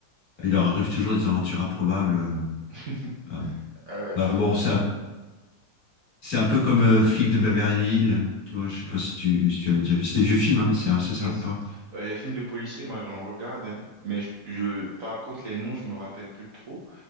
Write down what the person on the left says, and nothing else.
il leur arrive toujours des aventures improbables. euh.
euh,
Ah,
bah, bon, c'est un, c'est un peu comme euh, Flic de Beverly Hills. Tu vois, je sais pas si tu si tu avais déjà vu. C'est des vieux films, hein, mais c'est assez sympa.